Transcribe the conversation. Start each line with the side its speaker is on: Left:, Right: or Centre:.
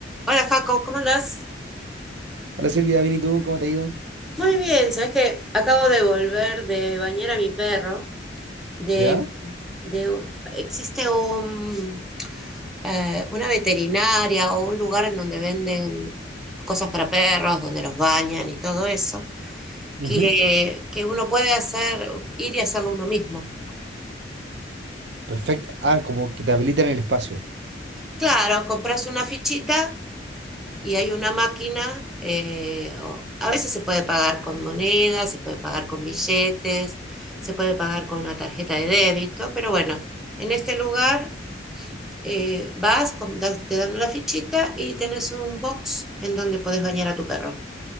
Centre: Hola Jaco, ¿cómo andás?
Right: Hola Silvia, bien y tú, ¿cómo te ha ido?
Centre: Muy bien, sabes que acabo de volver de bañar a mi perro. De,
Right: ¿Ya?
Centre: de, existe un, eh, una veterinaria o un lugar en donde venden cosas para perros, donde los bañan y todo eso,
Right: Ujú.
Centre: que, que uno puede hacer, ir y hacerlo uno mismo.
Right: Perfecto. Ah, como que te habilitan el espacio.
Centre: Claro, compras una fichita y hay una máquina, eh, o- a veces se puede pagar con monedas, se puede pagar con billetes, se puede pagar con una tarjeta de débito, pero bueno, en este lugar eh, vas, con- das- te dan una fichita y tenés un box en donde podés bañar a tu perro.